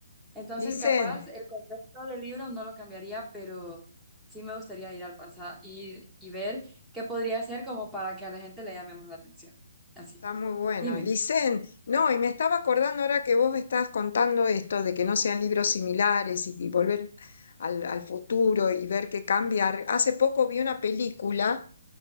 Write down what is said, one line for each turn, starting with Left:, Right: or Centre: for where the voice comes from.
Centre: Entonces,
Left: Licen.
Centre: capaz el contexto del libro no lo cambiaría, pero sí me gustaría ir al pasado y, y ver qué podría hacer como para que a la gente le llame más la atención. Así.
Left: Está muy bueno.
Centre: Dime.
Left: Licen, no, y me estaba acordando ahora que vos estás contando esto de que no sean libros similares y, y volver al, al futuro y ver qué cambiar. Hace poco vi una película